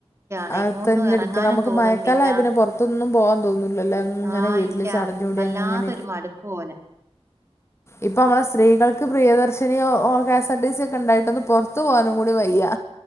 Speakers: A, on the right; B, on the left.
A: ണെ.
B: അത്
A: ങ്ങോട്ടും
B: തന്നെ
A: എറങ്ങാനും
B: എടുക്കണം നമുക്ക്
A: തോന്നുന്നില്ല.
B: മഴക്കാലായ പിന്നെ പുറത്തൊന്നും പോകാൻ തോന്നൂലല്ലോ അങ്ങനെ
A: ആഹ്
B: വീട്ടില്
A: ഇല്ല
B: ചടഞ്ഞൂടി
A: വല്ലാത്തൊരു
B: അങ്ങനെ
A: മടുപ്പ് പോലെ
B: ഇപ്പം നമ്മള സ്ത്രീകൾക്ക് പ്രിയദർശിനിയോ കെഎസ് ആർ ടി സി ഒക്കെ ഉണ്ടായിട്ടൊന്ന് പൊറത്തു പോകാനും കൂടി വയ്യ.